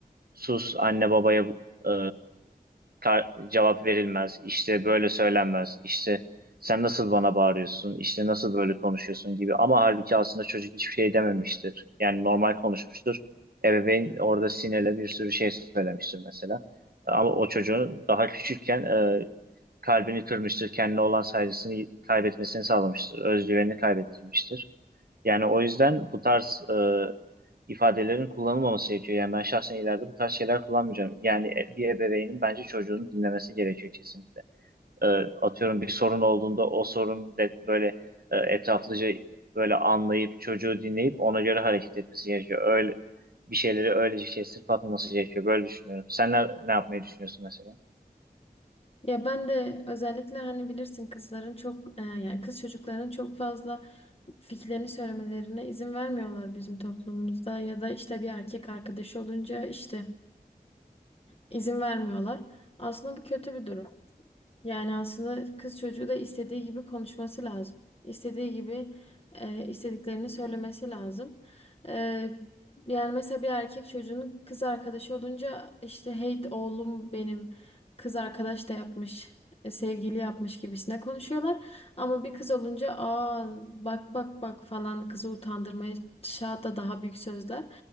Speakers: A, on the right; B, on the left.
A: sus anne babaya e, kar- cevap verilmez, işte böyle söylenmez, işte sen nasıl bana bağırıyorsun, işte nasıl böyle konuşuyorsun gibi. Ama halbuki aslında çocuk hiçbir şey dememiştir. Yani normal konuşmuştur. Ebeveyn orada sinirle bir sürü şey söylemiştir mesela. Ama o çocuğun daha küçükken e, kalbini kırmıştır, kendine olan saygısını kaybetmesini sağlamıştır, özgüvenini kaybettirmiştir. Yani o yüzden bu tarz e, ifadelerin kullanılmaması gerekiyor. Yani ben şahsen ileride bu tarz şeyler kullanmayacağım. Yani e, bir ebeveynin bence çocuğunu dinlemesi gerekiyor kesinlikle. Ee, atıyorum bir sorun olduğunda o sorun de böyle e, etraflıca böyle anlayıp çocuğu dinleyip ona göre hareket etmesi gerekiyor. Öyle bir şeyleri öylece kestirip atmaması gerekiyor. Böyle düşünüyorum. Sen ne, ne yapmayı düşünüyorsun mesela?
B: Ya ben de özellikle hani bilirsin kızların çok e, yani kız çocukların çok fazla fikirlerini söylemelerine izin vermiyorlar bizim toplumumuzda ya da işte bir erkek arkadaşı olunca işte izin vermiyorlar. Aslında bu kötü bir durum. Yani aslında kız çocuğu da istediği gibi konuşması lazım. İstediği gibi e, istediklerini söylemesi lazım. E, yani mesela bir erkek çocuğunun kız arkadaşı olunca işte hey oğlum benim kız arkadaş da yapmış, e, sevgili yapmış gibisine konuşuyorlar. Ama bir kız olunca aa bak bak bak falan kızı utandırmaya hatta daha büyük sözler.